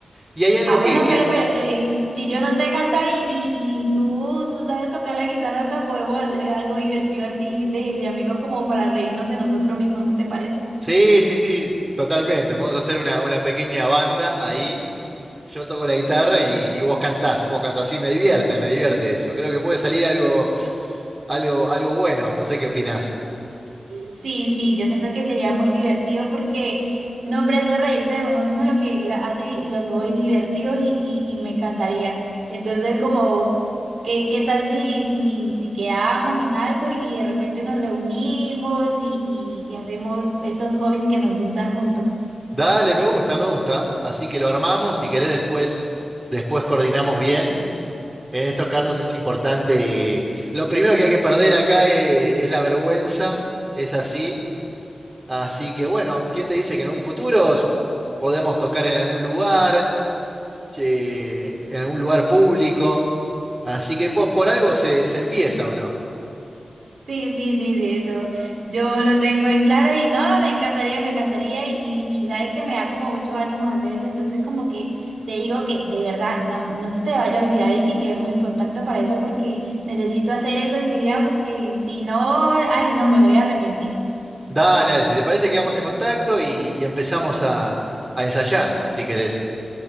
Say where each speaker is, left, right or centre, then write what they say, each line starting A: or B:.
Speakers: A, on the right; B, on the right.
A: Y hay algo
B: Ah, bueno,
A: que, que...
B: pero, pero eh, si yo no sé cantar y, y, y tú, tú sabes tocar la guitarra, hasta podemos hacer algo divertido así de, de amigo como para reírnos de nosotros mismos, ¿no te parece?
A: Sí, sí, sí, totalmente. Podemos hacer una, una pequeña banda ahí Yo toco la guitarra y, y vos cantás, vos cantás y me divierte, me divierte eso. Creo que puede salir algo, algo, algo bueno, no sé qué opinás.
B: Sí, sí, yo siento que sería muy divertido porque, no, hombre, eso es reírse de uno mismo lo que la- hace los hobbies divertidos y, y- y me encantaría. Entonces, como, ¿qué, qué tal si, si, si quedamos en algo y de repente nos reunimos y, y y hacemos estos hobbies que nos gustan juntos?
A: Dale, me gusta, me gusta. Así que lo armamos, si querés después, después coordinamos bien. En estos casos es importante. Lo primero que hay que perder acá eh, es, la vergüenza, es así. Así que bueno, ¿quién te dice que en un futuro s- podemos tocar en algún lugar, eh, en algún lugar público? Así que po- por, algo se se empieza, ¿o no?
B: Sí, sí, sí, sí, eso. Yo lo tengo en claro y no, me encantaría, me encantaría y, y, y sabe que me da como mucho ánimo hacer eso. Entonces como que te digo que de verdad no, no se te vaya a olvidar y que quedemos en contacto para eso porque necesito hacer eso en mi vida porque si no, ay, no, me voy a arrepentir.
A: Dale, dale, si te parece, quedamos en contacto y, y empezamos a, a ensayar, si querés.